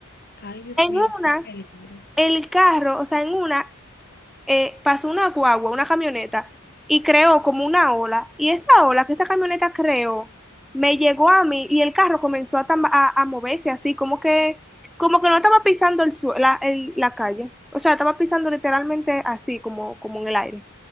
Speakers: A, on the left (about 50°); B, in the centre.
A: Ay, Dios
B: En
A: mío,
B: una,
A: qué peligro.
B: el carro, o sea, en una, eh, pasó una guagua, una camioneta, y creó como una ola. Y esa ola que esa camioneta creó, me llegó a mí y el carro comenzó a, tamba- a, a moverse así, como que, como que no estaba pisando el sue- la, el- la calle. O sea, estaba pisando literalmente así, como, como en el aire.